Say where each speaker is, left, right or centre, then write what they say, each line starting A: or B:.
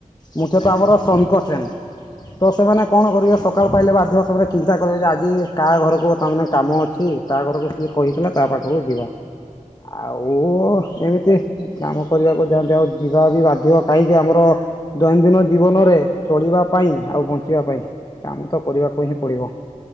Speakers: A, on the left; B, on the left.
A: ମୁଖ୍ୟତଃ
B: ଆଜ୍ଞା।
A: ଆମର ଶ୍ରମିକ ଶ୍ରେଣୀ ତ ସେମାନେ କଣ କରିବେ
B: ଆଜ୍ଞା
A: ସକାଳ ପାଇଲେ ବାଧ୍ୟ ସେମାନେ ଚିନ୍ତା କଲେ ଯେ ଆଜି କାହା ଘରକୁ ତାମାନେ କାମ ଅଛି ତା ଘରକୁ କିଏ କହିଥିଲା ତା ପାଖକୁ ଯିବା।
B: ହ
A: ଆଉ ଏମିତି କାମ କରିବାକୁ ଯାଆନ୍ତି ଆଉ ଯିବାବି ବାଧ୍ୟ କାହିଁକି ଆମର ଦୈନନ୍ଦିନ ଜୀବନରେ ଚଳିବା ପାଇଁ ଆଉ ବଞ୍ଚିବା ପାଇଁ କାମ ତ କରିବାକୁ ହିଁ ପଡ଼ିବ।